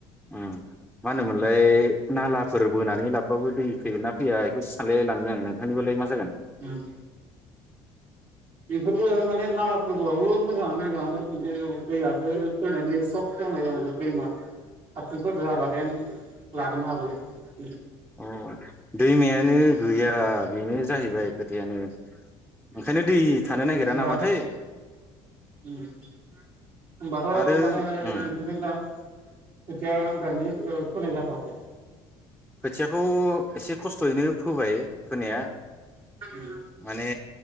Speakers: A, in the centre; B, on the right.
A: मा होनोमोनलाय नालाफोर बोनानै लाबबाबो दै फैगोन ना फैया बेखौसो सानलायाय लाङो आंनो <unintelligible> लाय मा जागोन
B: उम बेखौनो माने नालफोरबाबो मोजाङा मोजाङानो खिन्थु दैआसो फैनायनि सख जाबाय नालाय दैमा <unintelligible> देन लाबोनो हागौमोन <inaudible>
A: अ दैमायानो गैया बेनो जाहैबाय खोथायानो ओंखायनो
B: <inaudible>
A: दै थानो नागिरा
B: होनबाथ'
A: नामाथाय
B: ओम होनबाथ'
A: आरो
B: माने
A: उम
B: नोंसिनिथिं दा खोथिया गायनो फोनो जाथआखै
A: खोथियाखौ एसे खस्थ'यैनो फोबाय फोनाया
B: उम
A: माने